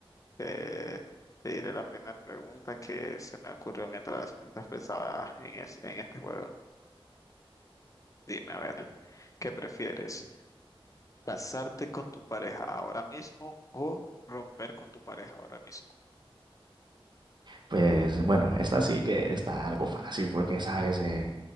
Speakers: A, on the left; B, on the right.
A: Eh, te diré la primera pregunta que se me ocurrió mientras, mientras pensaba en, es- en este juego. Dime, a ver, ¿qué prefieres? ¿Casarte con tu pareja ahora mismo o romper con tu pareja ahora mismo?
B: Pues, bueno, esta sí que está algo fácil porque, sabes, eh,